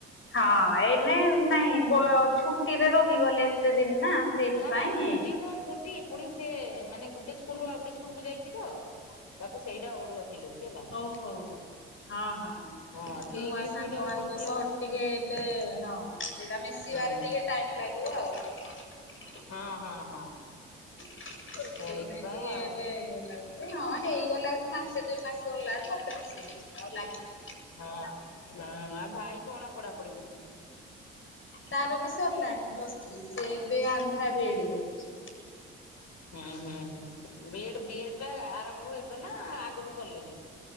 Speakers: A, on the left; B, on the left.
A: ହଁ ଏନେ ନାହିଁ
B: ସେ
A: ଛୁଟିରେ ରହିଗଲେ ଏତେ ଦିନ ନା ସେଇଥିପାଇଁ
B: ନା ନା ଛୁଟି ତ ଛୁଟି ପୁଣି ସେ ମାନେ ଗୋଟେ ସ୍କୁଲରୁୁ ଆଉ ଗୋଟେ ସ୍କୁଲ କୁ ଯାଇଛି ତ ତାକୁ ସେଇଟା ଅଡୁଆ ଫିଲ ହଉଛି ହେଲା।
A: ଓହୋ ହଁ ହଁ
B: ହଁ ସେ
A: ନୂଆ
B: ଇଂଲିଶ
A: ସାଙ୍ଗ
B: ମିଡିୟମରେ
A: ମାନଙ୍କ
B: ପଢୁଥିଲା
A: ସହ ଟିକେ ଏବେ ହଁ ସେଟା ମିଶିବାରେ
B: ହଁ
A: ଟିକେ ଟାଇମ ଲାଗ କ ଆଉ
B: ହଁ ହଁ ହଁ।
A: ସେପାଇଁ
B: ସେଇଥିପାଇଁ
A: ଟିକେ
B: ଆଉ
A: ଏବେ ଲାଗୁଛି। ହଁ ହେଇଗଲା ମାସେ ଦୁଇ ମାସେ ଗଲା ବେଳକୁ ଅଭ୍ୟାସ ହେଇଯିବ ଆଉ ଲାଗି
B: ହଁ ଆ ଭାଇ କଣ ପଢାପଢି କରୁଛନ୍ତି?
A: ତାର ବି ସରିଲାଣି ପ୍ଲସ୍ ଥ୍ରୀ ସେ ଏବେ ଆନ୍ଧ୍ରା ବି ଏଡି କରୁଛି।
B: ହ ହ ବିଡ଼ ବିଡ଼ ଟା ଆରମ୍ଭ ଏବେ ନା ଆଗରୁ କଲେନି?